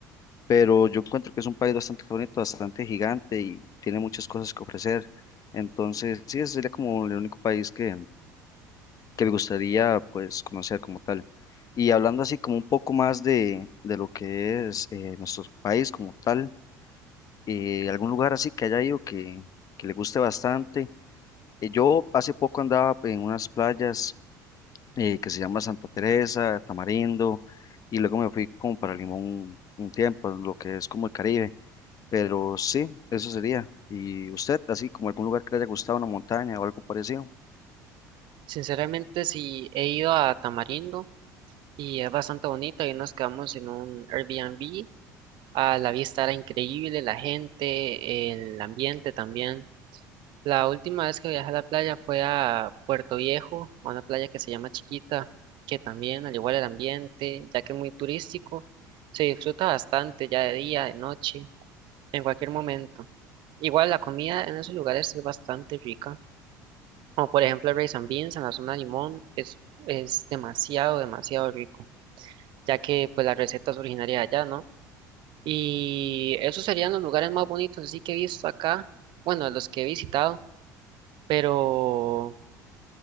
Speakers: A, on the left; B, on the right.
A: Pero yo encuentro que es un país bastante bonito, bastante gigante y tiene muchas cosas que ofrecer. Entonces, sí, ese sería como el único país que, que me gustaría pues conocer como tal. Y hablando así como un poco más de, de lo que es eh, nuestro país como tal eh, algún lugar así que haya ido que, que le guste bastante. Eh, yo hace poco andaba en unas playas eh, que se llama Santa Teresa, Tamarindo, y luego me fui como para Limón un tiempo, lo que es como el Caribe, pero sí, eso sería. ¿Y usted, así como algún lugar que le haya gustado, una montaña o algo parecido?
B: Sinceramente, sí, he ido a Tamarindo y es bastante bonito. Ahí nos quedamos en un Airbnb. A la vista era increíble, la gente, el ambiente también. La última vez que viajé a la playa fue a Puerto Viejo, a una playa que se llama Chiquita, que también, al igual el ambiente, ya que es muy turístico, se disfruta bastante ya de día, de noche, en cualquier momento. Igual la comida en esos lugares es bastante rica, como por ejemplo el rice and beans en la zona de Limón, es, es demasiado, demasiado rico, ya que pues la receta es originaria de allá, ¿no? Y esos serían los lugares más bonitos así que he visto acá, bueno, los que he visitado, pero...